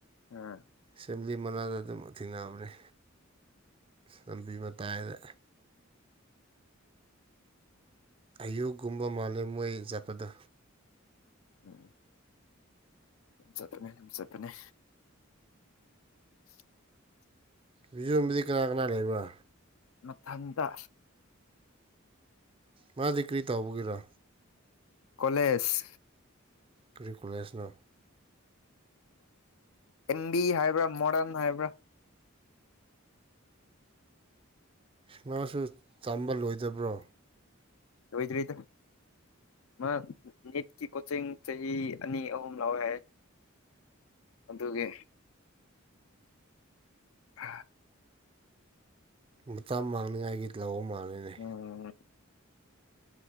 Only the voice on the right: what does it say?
ꯑꯦꯁꯦꯝꯕ꯭ꯂꯤ ꯃꯅꯥꯗ ꯑꯗꯨꯝ ꯊꯦꯡꯅꯕꯅꯤ ꯂꯝꯕꯤ ꯃꯇꯥꯏꯗ ꯑꯌꯨꯛꯀꯨꯝꯕ ꯃꯥꯂꯦꯝ ꯃꯣꯏ ꯖꯠꯄꯗ
ꯕꯤꯖꯣꯕꯨꯗꯤ ꯀꯅꯥ ꯀꯅꯥ ꯂꯩꯕ꯭ꯔ
ꯃꯥꯗꯤ ꯀꯔꯤ ꯇꯥꯎꯧꯕꯒꯤꯔꯣ
ꯀꯔꯤꯀꯨꯂꯔꯁꯅꯣ
ꯁꯃꯁꯨ ꯇꯝꯕ ꯂꯣꯏꯗꯕ꯭ꯔꯣ
ꯃꯇꯥ ꯃꯥꯡꯅꯤꯡꯉꯥꯏꯒꯤ ꯂꯧꯕ ꯃꯥꯡꯜꯂꯤꯅꯦ